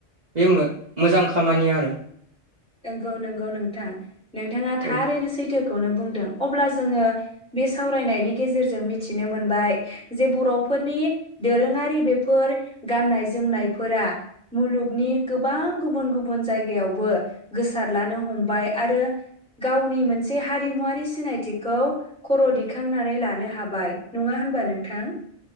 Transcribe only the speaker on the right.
बे मोजां खामानि आरो।
औ